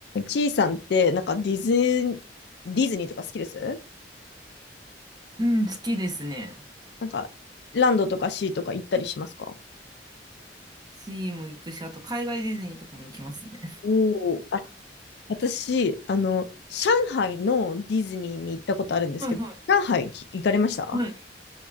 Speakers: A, on the left (about 65°); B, on the right (about 25°).
A: ちいさんって、なんかディズニー、ディズニーとか好きです
B: うん、好きですね。
A: なんか、ランドとかシーとか行ったりしますか
B: シーも行くし、あと海外ディズニーとかも行きますね。
A: おおー、あ、私、あの、上海のディズニーに行ったことあるんですけど、
B: はいは
A: 上海き行かれました
B: い。はい。